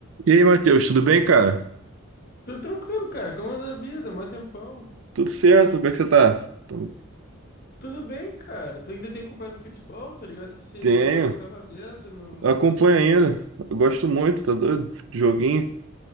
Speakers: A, on the right (about 70°); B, on the left (about 45°).
A: E aí, Matheus, tudo bem, cara?
B: Tudo tranquilo, cara. Como anda a vida? Mó tempão.
A: Tudo certo, como é que você tá? Tô-
B: Tudo bem, cara. Tu ainda tem acompanhado futebol? Tô ligado que você
A: Tenho,
B: se acompanhava a beça no-
A: acompanho
B: antigamente.
A: ainda. Eu gosto muito, tá doido? De Joguinho.